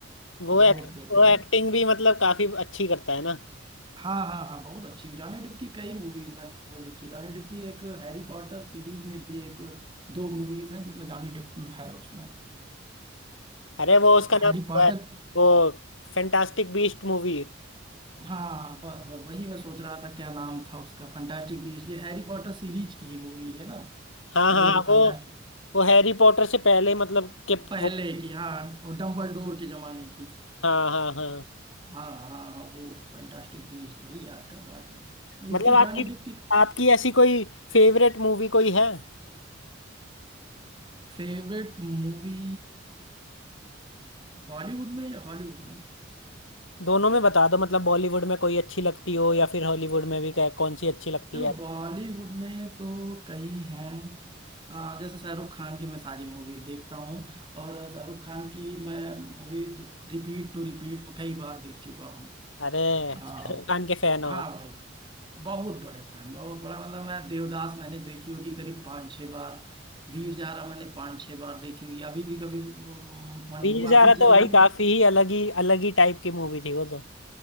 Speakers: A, on the left; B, on the right.
A: वो
B: बहुत
A: एक,
B: बेहतरीन
A: वो एक्टिंग भी मतलब काफी अच्छी करता है ना
B: हाँ हाँ हाँ बहुत अच्छी जॉनी डिप की कई मूवीज मैंने देखी जॉनी डिप की एक हैरी पॉटर सीरीज में भी एक दो मूवीज हैं जिसमें जॉनी डिप है उसमें
A: अरे वो उसका
B: हैरी
A: नाम क्या
B: पॉटर
A: है वो फैंटास्टिक बीस्ट मूवी
B: हाँ बस बस वही मैं सोच रहा था क्या नाम था उसका फंटास्टिक बीस्ट ये हैरी पॉटर सीरीज की ही मूवी है ना
A: हाँ
B: तो
A: हाँ हाँ,
B: फंटास्टिक
A: वो वो हैरी पॉटर से पहले मतलब के
B: पहले
A: वो
B: की हाँ और डम्बल डोर के जमाने की
A: हाँ हाँ हाँ
B: हाँ हाँ हाँ वो फंटास्टिक बीस्ट वही याद कर रहा था मैं। इसके
A: मतलब आपकी
B: जॉनी डिप की
A: आपकी ऐसी कोई फेवरेट मूवी कोई है
B: फेवरेट मूवी बॉलीवुड में या हॉलीवुड में
A: दोनों में बता दो मतलब बॉलीवुड में कोई अच्छी लगती हो या फिर हॉलीवुड में भी क्या कौन सी अच्छी लगती
B: देखो
A: है
B: बॉलीवुड में तो कई हैं आ, जैसे शाहरुख खान की मैं सारी मूवी देखता हूँ और शाहरुख खान की मैं मूवीज रिपीट टू रिपीट कई बार देख चुका हूँ
A: अरे
B: आ,
A: शाहरुख खान के फैन हो
B: हाँ भाई बहुत बड़े फैन बहुत बड़ा मतलब मैं देवदास मैंने देखी होगी करीब पाँच छः बार वीर जारा मैंने पाँच छः बार देखी होगी अभी भी कभी अम, मन
A: वीर
B: हुआ
A: ज़ारा
B: अभी
A: तो
B: जल्दी
A: भाई
B: में
A: काफी ही अलग ही अलग ही टाइप की मूवी थी वो तो